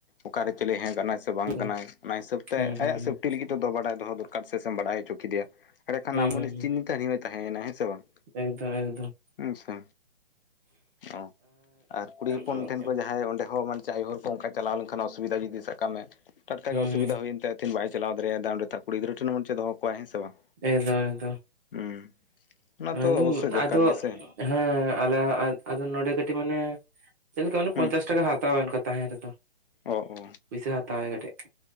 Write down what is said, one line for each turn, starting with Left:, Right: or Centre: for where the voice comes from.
Left: ᱚᱠᱟᱨᱮ ᱪᱮᱞᱮ ᱦᱮᱸ ᱠᱟᱱᱟᱭ ᱥᱮ ᱵᱟᱝ
Right: ᱮᱠᱫᱚᱢ
Left: ᱠᱟᱱᱟᱭ, ᱚᱱᱟ ᱦᱤᱥᱟᱹᱵᱽ ᱛᱮ
Right: ᱦᱩᱸ ᱦᱩᱸ
Left: ᱟᱭᱟᱜ
Right: ᱦᱩᱸ
Left: ᱥᱮᱯᱴᱤ ᱞᱟᱹᱜᱤᱫ ᱵᱟᱲᱟᱭ ᱫᱚᱦᱚ ᱫᱚᱨᱠᱟᱨ ᱥᱮ ᱥᱮᱢ ᱵᱟᱰᱟᱭ ᱦᱚᱪᱚ ᱠᱮᱫᱮᱭᱟ, ᱮᱸᱲᱮᱠᱷᱟᱱ
Right: ᱦᱩᱸ
Left: ᱟᱢ
Right: ᱦᱩᱸ
Left: ᱩᱱᱤ
Right: ᱦᱩᱸ
Left: ᱰᱤᱱᱨᱮ ᱦᱟᱹᱱᱤ ᱦᱚᱭ ᱛᱟᱦᱮᱸᱭᱮᱱᱟ, ᱦᱮᱸ ᱥᱮ? ᱵᱟᱝ
Right: ᱮᱠᱫᱚᱢ ᱮᱠᱫᱚᱢ᱾
Left: ᱦᱮᱸᱥᱮ ᱚ ᱟᱨ ᱠᱩᱲᱤ ᱦᱚᱯᱚᱱ
Right: ᱦᱩᱸ
Left: ᱴᱷᱮᱱ ᱡᱟᱦᱟᱸᱭ ᱚᱰᱮ ᱦᱚᱸ ᱢᱟᱱᱮ ᱟᱭᱳ ᱦᱚᱲ ᱠᱚ ᱚᱱᱠᱟ ᱪᱟᱞᱟᱣ ᱞᱮᱱᱠᱷᱟᱱ ᱚᱥᱩᱵᱤᱫᱷᱟ ᱡᱩᱫᱤ ᱥᱟᱵ ᱠᱟᱜ ᱢᱮ ᱴᱟᱴᱠᱟ ᱜᱮ ᱚᱥᱩᱵᱤᱫᱷᱟ
Right: ᱦᱩᱸ
Left: ᱦᱩᱭᱮᱱ ᱛᱟᱭᱟ ᱛᱤᱦᱤᱧ ᱵᱟᱭ ᱪᱟᱞᱟᱣ ᱫᱟᱲᱮᱭᱟᱫᱟ ᱚᱰᱮ ᱠᱩᱲ ᱜᱤᱫᱽᱟᱹ ᱴᱷᱮᱱ ᱢᱚᱱᱮ ᱪᱮ ᱫᱚᱦᱚ ᱠᱚᱣᱟᱭ, ᱦᱮᱸ ᱥᱮ ᱵᱟᱝ?
Right: ᱮᱠᱫᱚᱢ ᱮᱠᱫᱚᱢ,
Left: ᱦᱩᱸ
Right: ᱚᱱᱟ
Left: ᱛᱚ
Right: ᱫᱚ
Left: ᱚᱵᱚᱥᱥᱳᱭ ᱫᱚᱨᱠᱟᱨ
Right: ᱟᱫᱚ
Left: ᱜᱮᱥᱮ
Right: ᱦᱮᱸ ᱟᱞᱮ ᱟᱜ ᱟᱫᱚ ᱠᱟᱹᱴᱤᱜ ᱢᱟᱱᱮ ᱪᱮᱫ ᱞᱮᱠᱟ ᱚᱱᱮ
Left: ᱦᱩᱸ
Right: ᱯᱚᱧᱪᱟᱥ ᱴᱟᱠᱟ ᱦᱟᱛᱟᱣᱟ ᱚᱱᱠᱟ ᱛᱟᱦᱮᱸ ᱨᱮᱫᱚ᱾
Left: ᱚ ᱚ᱾
Right: ᱯᱩᱭᱥᱟ ᱦᱟᱛᱟᱣᱟᱭ ᱠᱟᱹᱴᱤᱡ᱾